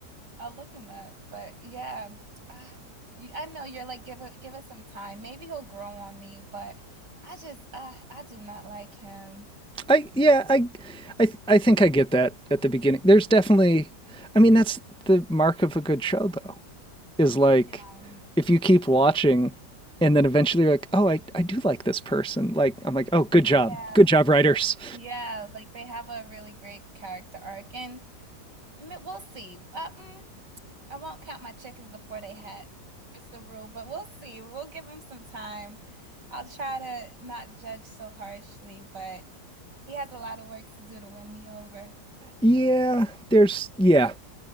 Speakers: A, on the right; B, in the centre.
A: I'll look him up. But yeah, ah, you, I know you're like give it give it some time. Maybe he'll grow on me, but I just uh, I do not like him.
B: I yeah, I I th- I think I get that at the beginning. There's definitely. I mean, that's the mark of a good show, though. is like
A: Yeah.
B: if you keep watching and then eventually you're like, oh, I, I do like this person. Like, I'm like, oh, good job.
A: Yeah.
B: Good job, writers.
A: Yeah, like they have a really great character arc and m- we'll see. Uh, mm, I won't count my chickens before they hatch. It's the rule, but we'll see. We'll give him some time. I'll try to not judge so harshly, but he has a lot of work to do to win me over.
B: Yeah, there's, yeah,